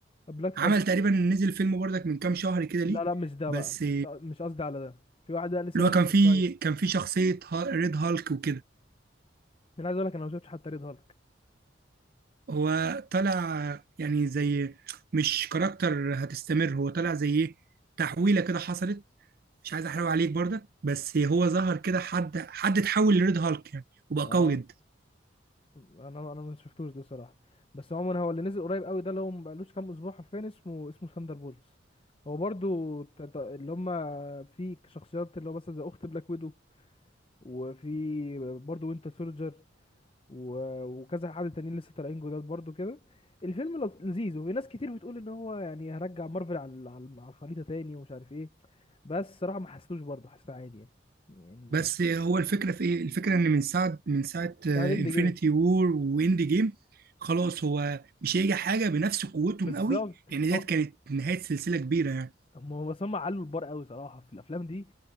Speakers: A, on the left; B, on the right.
A: بلاك فالكون
B: عمل تقريبا نزل فيلم برضك من كام شهر كده ليه
A: لا لا مش ده
B: بس
A: بقى مش مش قصدي على ده في واحد بقى لسه
B: اللي
A: نازل
B: هو كان في
A: من قريب
B: كان في شخصية ها- ريد هالك وكده
A: انا عايز اقول لك انا ما شفتش حتى ريد هالك
B: هو طلع يعني زي مش كاركتر هتستمر هو طلع زي ايه تحويلة كده حصلت مش عايز احرق عليك برضك بس هو ظهر كده حد حد اتحول لريد هالك يعني وبقى
A: اه
B: قوي جدا
A: انا انا ما شفتوش ده صراحه بس عموما هو اللي نزل قريب قوي ده اللي هو ما بقالوش كام اسبوع حرفيا اسمه اسمه ثاندر بولتس هو برضو ت- ت- اللي هم في شخصيات اللي هو مثلا زي اخت بلاك ويدو وفي برضو وينتر سولجر و- وكذا حد تانيين لسه طالعين جداد برضو كده الفيلم لط- لذيذ وفي ناس كتير بتقول ان هو يعني هرجع مارفل على ال- على ال- على الخريطه تاني ومش عارف ايه بس صراحه ما حسيتوش برضو حسيته عادي يعني يعني
B: بس
A: يعني
B: هو الفكرة في ايه الفكرة ان من ساعة من ساعة انفينيتي
A: ساعه اند جيم
B: وور واند جيم خلاص هو مش هيجي حاجة بنفس قوتهم
A: بالظبط
B: قوي لان ديت
A: هو
B: كانت نهاية سلسلة كبيرة يعني
A: هم بس هم علوا البار قوي صراحه في الافلام دي